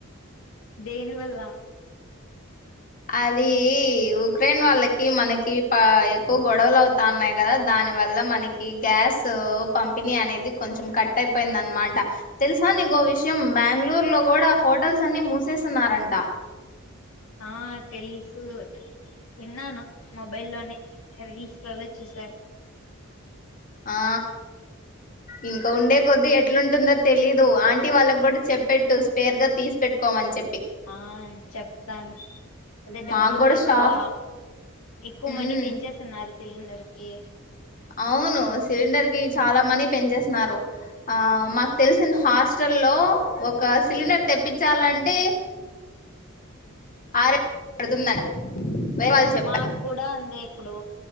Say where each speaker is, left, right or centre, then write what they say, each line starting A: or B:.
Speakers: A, on the left (about 80°); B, on the left (about 40°).
A: దేని వల్ల
B: అది ఉక్రెన్ వాళ్ళకి మనకి ఎక్కువ గొడవలు అవుతా ఉన్నాయి కదా దాని వల్ల మనకి గ్యాస్ పంపిణీ అనేది కొంచెం కట్ అయిపోయింది అనమాట తెలుసా నీకు విషయం బెంగళూరు లో కూడా హోటల్స్ అన్ని మూసేస్తున్నారంట
A: ఆ తెలుసు విన్నాను మొబైల్ లోని రీల్స్ లోనీ చూసాను
B: ఆ ఇంకా ఉండే కొద్ది ఎట్లుంటుందో తెలీదు ఆంటీ వాళ్ళకు కూడా చెప్పెట్టు స్పేర్ గా తీసి పెట్టుకోమని చెప్పి
A: ఆ చెప్తాను అదే డబ్బులు
B: మాకు
A: కూడా ఎక్కువ
B: షా
A: ఎక్కువ
B: ఉమ్
A: మనీ పెంచేస్తున్నారు సిలిండర్ కి
B: అవును సిలిండర్ కి చాలా మనీ పెంచేసన్నారు ఆ మాకు తెలిసిన హాస్టల్లో ఒక సిలిండర్ తెప్పించాలంటే ఆరే పడుతుందండి వేరే వాళ్ళు చెప్పారు
A: మాక్కూడా అంతే ఇప్పుడు